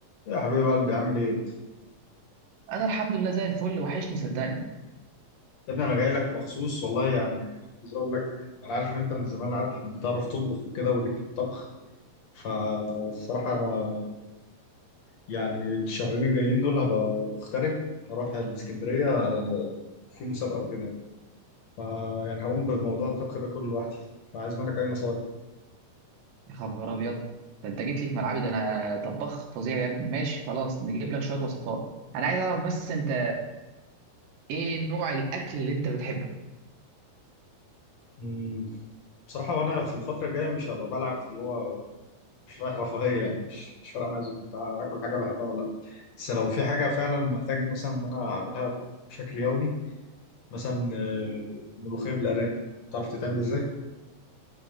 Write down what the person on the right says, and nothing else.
انا الحمد لله زي الفل وحشني صدقني
يا خبر ابيض ده انت جيت لي في ملعبي ده انا طباخ فظيع يا ابني ماشي خلاص نجيب لك شويه وصفات انا عايز اعرف بس انت ايه نوع الاكل اللي انت بتحبه